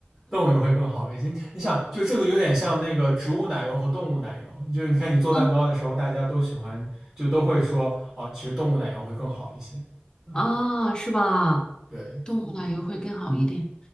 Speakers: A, on the right; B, on the left.
A: 动物油会更好一些。你你想，就这个有点像那个植物奶油和动物奶油，就是你看你做蛋糕的时候，
B: 啊
A: 大家都喜欢，就都会说啊，其实动物奶油会更好一些。嗯，
B: 啊，是吧？
A: 对，
B: 动物奶油会更好一点。
A: <laughs> 嗯，